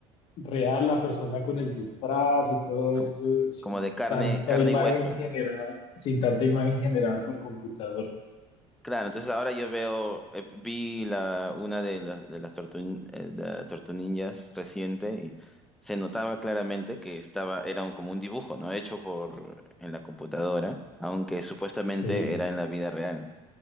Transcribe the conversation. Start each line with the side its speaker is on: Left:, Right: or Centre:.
Left: real la persona con el disfraz y todo
Centre: Como,
Left: esto, sin
Centre: como de carne,
Left: tanta
Centre: carne
Left: imagen
Centre: y hueso.
Left: generada, sin tanta imagen generada por computador.
Centre: Claro, entonces ahora yo veo, eh, vi la, una de, las de las tortu, eh, de la Tortu Ninjas reciente y se notaba claramente que estaba, era un- como un dibujo, ¿no? Hecho por, en la computadora, aunque supuestamente
Left: Sí.
Centre: era en la vida real.